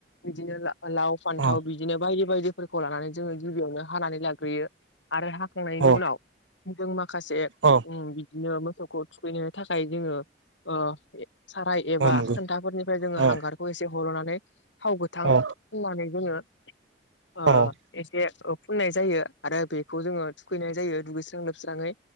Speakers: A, on the left; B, on the right.
A: बिदिनो लाव फान्थाव
B: अ
A: बिदिनो बायदि बायदिफोरखौ लानानै जोङो गिबियावनो हानानै लाग्रोयो आरो हाखांनायनि
B: अ
A: उनाव जों माखासे
B: अ
A: ओम बिदिनो मोसौखौ थुखैनो थाखाय जोङो अ साराय एबा
B: अ नंगौ
A: खोनथाफोरनिफ्राय जोङो
B: अ
A: हांगारखौ एसे हल'नानै थाव गोथां
B: अ
A: फुननानै जोङो ओ
B: अ औ
A: एसे फुननाय जायो आरो बेखौ जोङो थुखैनाय जायो दुगैस्रां लोबस्राङै।